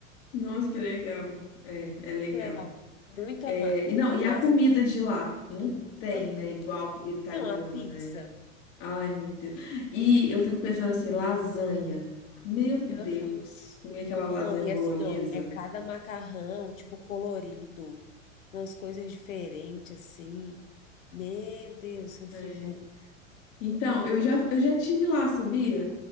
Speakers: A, on the left; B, on the left.
A: Nossa, que legal. É,
B: muito
A: é legal.
B: legal. Muita,
A: É,
B: ma... muita
A: e não, e
B: massa.
A: a comida de lá? Não tem,
B: Aham.
A: né? Igual a comida italiana,
B: Não, a pizza.
A: né? Ai, meu Deus. E eu fico pensando assim, lasanha. Meu Deus,
B: Aham.
A: comi aquela lasanha
B: Não, e
A: bolonhesa.
B: assim, ó, é cada macarrão, tipo, colorido, umas coisas diferentes, assim. Meu Deus, eu fico
A: É. Então, eu já, eu já tive lá, sabia?